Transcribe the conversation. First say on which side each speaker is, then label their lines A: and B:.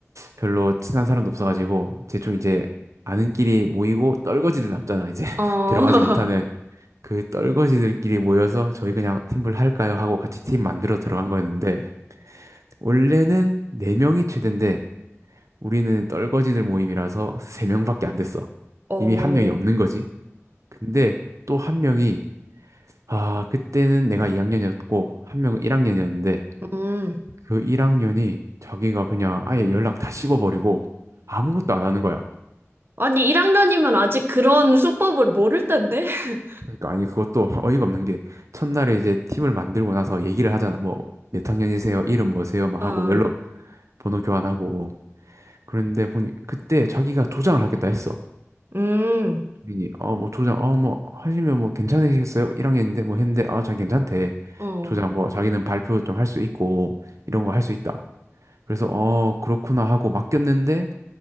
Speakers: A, on the right; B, on the right.
A: 별로 친한 사람도 없어가지고 대충 이제 아는끼리 모이고 떨거지들 남잖아. 이제 <laughs>
B: 음. 어,
A: 들어가지
B: <laughs>
A: 못하는 그 떨거지들끼리 모여서 저희 그냥 팀플 할까요? 하고 같이 팀 만들어 들어간 거였는데 원래는 4명이 최대인데 우리는 떨거지들 모임이라서 3명밖에 안 됐어.
B: 어,
A: 이미 한 명이 없는 거지. 근데 또 한 명이 아, 그때는 내가 2학년이었고, 한 명은 1학년이었는데,
B: 음.
A: 그 1학년이 자기가 그냥 아예 연락 다 씹어버리고 아무것도 안 하는 거야.
B: 아니, 1학년이면 아직 그런 수법을 모를 텐데? <laughs>
A: 그러니까 아니 그것도 <laughs> 어이가 없는 게 첫날에 이제 팀을 만들고 나서 얘기를 하잖아. 뭐 몇 학년이세요? 이름 뭐세요? 막
B: 어.
A: 하고 연락 번호 교환하고 그런데 보니 그때 자기가 조장을 하겠다 했어.
B: 음,
A: 본인이 어뭐 조장 어 뭐 하시면 뭐 괜찮으시겠어요? 1학년인데 뭐 했는데 아 자 괜찮대.
B: 어.
A: 조장 뭐 자기는 발표 좀 할 수 있고 이런 거 할 수 있다. 그래서 어 그렇구나 하고 맡겼는데